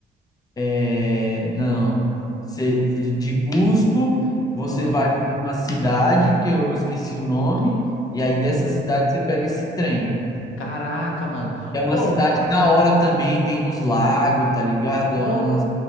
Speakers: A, on the left; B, on the left.
A: É, não. Você- de de Cusco, você
B: Ah,
A: vai para uma cidade que eu esqueci o nome, e aí dessa
B: ah.
A: cidade você pega esse trem.
B: Caraca, mano.
A: É uma
B: Ô,
A: cidade da hora também, tem uns lagos, tá ligado?
B: ô.
A: É, uma-